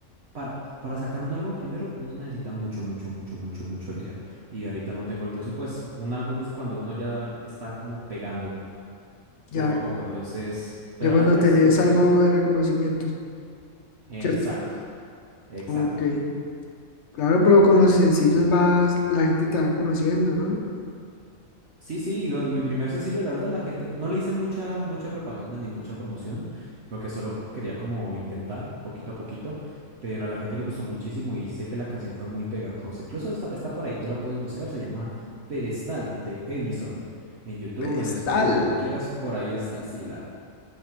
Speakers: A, on the right; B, on the left.
A: para, para sacar un álbum primero uno necesita mucho, mucho, mucho, mucho, mucho dinero. Y ahorita no tengo el presupuesto. Un álbum es cuando uno ya está como pegando
B: ya,
A: poco a poco. Entonces, pero
B: ya cuando
A: antes
B: tenés
A: creo que...
B: algo de reconocimiento,
A: Exacto,
B: ¿cierto?
A: exacto.
B: Ok, claro, pero con los sencillos vas, la gente te va conociendo, ¿no?
A: Sí, sí, y mi primer sencillo, la verdad, la gente, no le hice mucha, mucha propaganda ni mucha promoción, porque solo quería como intentar poquito a poquito, pero a la gente le gustó muchísimo y sé que la canción fue muy pegajosa. Incluso está, está por ahí, tú la puedes buscar, se llama Pedestal de Edison. En YouTube,
B: Pues
A: en Spotify,
B: tal,
A: donde quieras, por ahí está, sí, la,